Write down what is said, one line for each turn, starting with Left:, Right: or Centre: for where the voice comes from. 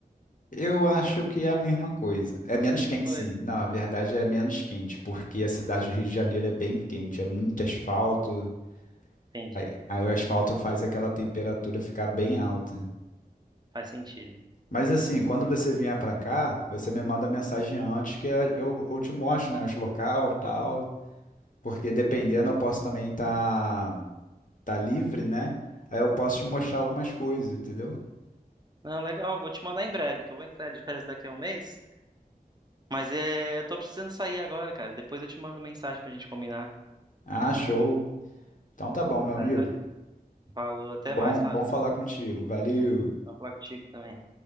Left: eu acho que é a mesma coisa. É menos
Right: Mesma
Left: quente,
Right: coisa?
Left: sim. Não, a verdade é menos quente, porque a cidade do Rio de Janeiro é bem quente, é muito asfalto.
Right: Entendi.
Left: Aí, aí o asfalto faz aquela temperatura ficar bem alta.
Right: Faz sentido.
Left: Mas assim, quando você vier pra cá, você me manda mensagem antes que eu, eu te mostro, né, os local, tal, porque dependendo eu posso também estar tá livre, né? Aí eu posso te mostrar algumas coisas, entendeu?
Right: Não, legal, vou te mandar em breve, que eu vou entrar de férias daqui a um mês, mas é, eu tô precisando sair agora, cara. Depois eu te mando mensagem pra gente combinar,
Left: Ah, show. Então tá bom, meu
Right: tá?
Left: amigo.
Right: joia? Falou, até
Left: Bom,
Right: mais,
Left: bom
Right: Fábio.
Left: falar contigo. Valeu.
Right: Vou falar contigo também.